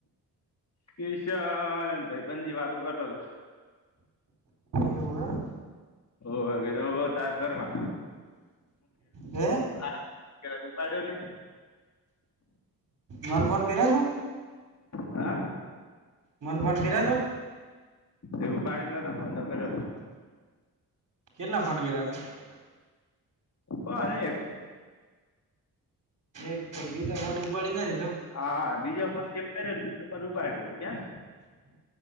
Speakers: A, on the left; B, on the right.
A: કીશન ભાઈબંધ થી વાતો કરતો હતો
B: એવું એમ
A: ઓ હવે તો તાર કરવા
B: હે
A: હા ઉપાડ્યો ને
B: મન ફોન કર્યા તું
A: હા
B: મન ફોન કર્યા તો
A: એ ઉપાડે જ નતો ફોનકર્યો
B: કેટલા ફોન કર્યા હતા
A: ઓ અનેક
B: એક તો બીજા કોણી ઉપાડી નથી તઉ
A: હાા બીજો ફન એ બીજો ફન ઉપાડી દે છે કેને